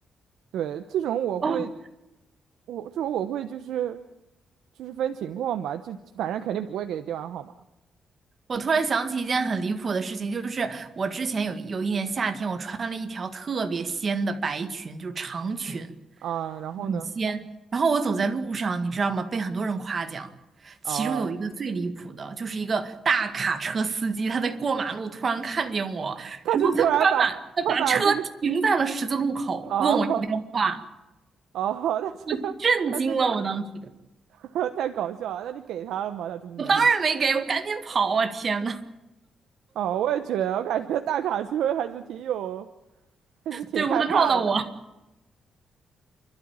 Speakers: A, on the right; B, on the right.
A: 对，这种我会，
B: 哦。
A: 我这种我会就是就是分情况吧，就反正肯定不会给电话号码
B: 我突然想起一件很离谱的事情，就是我之前有有一年夏天，我穿了一条特别仙的白裙，就是长裙
A: 啊。然后呢，
B: 仙，然后我走在路上，你知道吗？被很多人夸奖，
A: 啊，
B: 其中有一个最离谱的，就是一个大卡车司机，他在过马路突然看见我，
A: 他是突然把他把这个，
B: 然后他把马他把车停在了十字路口，
A: 啊
B: 问我要电话，
A: 啊，<laughs> 他这个。
B: 我震惊了，
A: 他这个
B: 我当时，
A: <laughs> 太搞笑了。那你给他了吗？他这么努力？
B: 我当然没给，我赶紧跑啊！天呐，
A: 哦，我也觉得，我感觉大卡车还是挺有，还是挺害怕的。
B: 对，我怕他撞到我，